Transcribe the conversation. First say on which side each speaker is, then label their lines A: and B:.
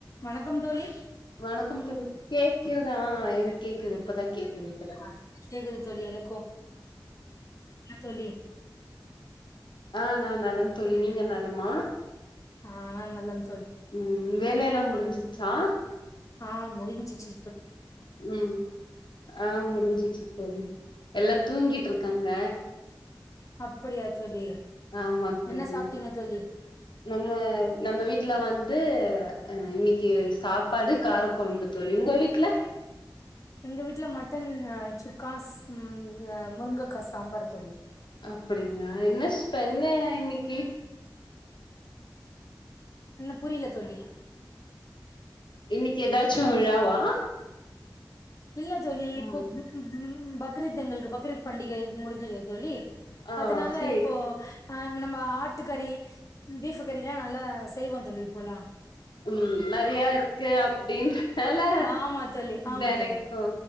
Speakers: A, on the left; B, on the left.
A: வணக்கம் தோழி
B: வணக்கம் தோழி கே வைக்கிறதா ஆ எனக்கு கேக்குது இப்தான் கேடக்குது
A: ஆ கேக்குது தோலி எனக்கும் தோலி
B: ஆஹ் நான் நலம் தோழி நீங்க நலமா
A: ஆஹ் நல்லந்
B: உம் வேலையிலாம் முடிஞ்சி ச்சா
A: ஆஹ முடிஞ்சிச்சி
B: ம் ஆ முடிஞ்சிச்சு தோலி எல்லா தூங்கிட்டுருக்காங்க
A: அப்புடியா தோழி
B: ஆமா தோழி
A: என்ன சாப்ட்டீங்க தோழி
B: நம்ம நம்ம வீட்டுல வந்து அஹ் இன்னிக்கு சாப்பாடு காரக்கெழம்பு தோழிஉங்க வீட்ல
A: எங்க வீட்டுல மட்டன் சுக்காஸ் முருங்கக்கா சாம்பார் தோழி
B: அப்டிங்களா என்ன ஸ்பென்ன இன்னிக்கு
A: இல்ல புரில தோழி
B: இன்னிக்கு ஏதாச்சு விழாவா
A: இல்ல தோழி இப்ப
B: ம்
A: <unintelligible> பக்ரீத் எங்களுக்கு பக்ரீத் பண்டிகை முடிஞ்சதா தோழி
B: ஆ
A: அதுனால
B: சேரி
A: இப்போ ஆஹ் நம்ம ஆட்டு கறி பீஃப் கறி எல்லா நல்லா செய்வோம் தோழி இப்போலா
B: உம் நெறைய இருக்கு அப்டின்றனால
A: ஆமா தோழி ஆமா
B: தெனக்
A: தோழி
B: ஹ